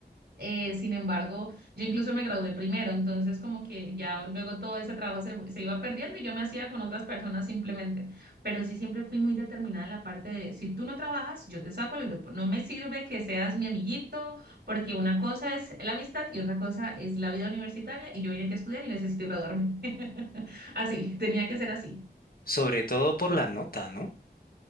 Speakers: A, on the right; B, on the left.
A: eh, sin embargo, yo incluso me gradué primero, entonces como que ya luego todo ese trabajo se, se iba perdiendo y yo me hacía con otras personas simplemente. Pero sí siempre fui muy determinada en la parte de, si tú no trabajas, yo te saco del grupo. No me sirve que seas mi amiguito, porque una cosa es la amistad y otra cosa es la vida universitaria y yo vine aquí a estudiar y necesito graduarme. <laughs> Así, tenía que ser así.
B: Sobre todo por la nota, ¿no?